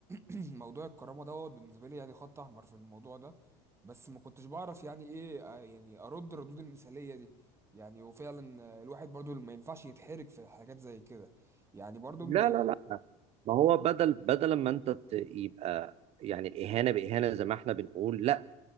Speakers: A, on the right; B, on the right.
A: <clears throat> موضوع الكرامه دوت بالنسبه لي يعني خط احمر في الموضوع ده بس ما كنتش بعرف يعني ايه آه، يعني ارد الردود المثاليه دي يعني وفعلا آه، الواحد برضو ما ينفعش يتحرج في حاجات زي كده يعني برضو
B: لا
A: من
B: لا لا ما هو بدل بدل ما انت ت- يبقى يعني الاهانه باهانه زي ما احنا بنقول لا